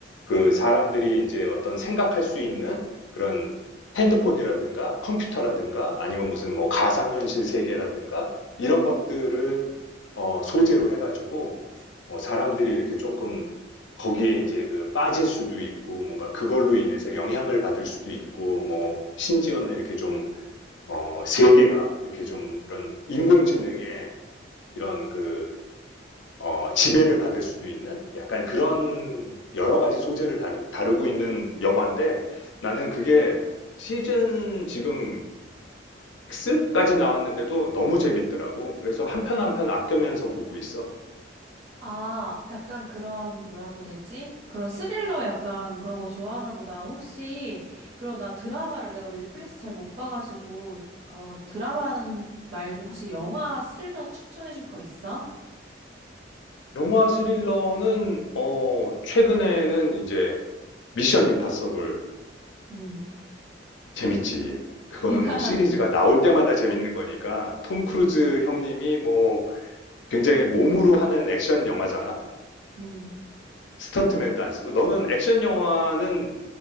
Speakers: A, on the left (about 75°); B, on the right (about 55°).
A: 그 사람들이 이제 어떤 생각할 수 있는 그런 핸드폰이라든가 컴퓨터라든가 아니면 무슨 뭐 가상현실 세계라든가 이런 것들을 어, 소재로 해가지고 어, 사람들이 이렇게 조금 거기에 이제 그 빠질 수도 있고 뭔가 그걸로 인해서 영향을 받을 수도 있고 뭐 심지어는 이렇게 좀 어, 세계가 이렇게 좀 그런 인공지능의 이런 그 어, 지배를 받을 수도 있는 약간 그런 여러 가지 소재를 다루, 다루고 있는 영화인데 나는 그게 시즌 지금 6까지 나왔는데도 너무 재밌더라고. 그래서 한편 한편 아껴면서 보고 있어.
B: 아, 약간 그런, 뭐라고 되지? 그런 스릴러 약간 그런 거 좋아하나 보다. 혹시, 그럼 나 드라마를 내가 넷플릭스 잘 못 봐가지고, 어, 드라마 말고 혹시 영화 스릴러 추천해줄 거 있어?
A: 영화 스릴러는 어, 최근에는 이제 미션 임파서블이
B: 음.
A: 재밌지. 그거는
B: <laughs>
A: 뭐 시리즈가 나올 때마다 재밌는 거니까 톰 크루즈 형님이 뭐 굉장히 몸으로 하는 액션 영화잖아.
B: 음
A: 스턴트맨도 안 쓰고 너는 액션 영화는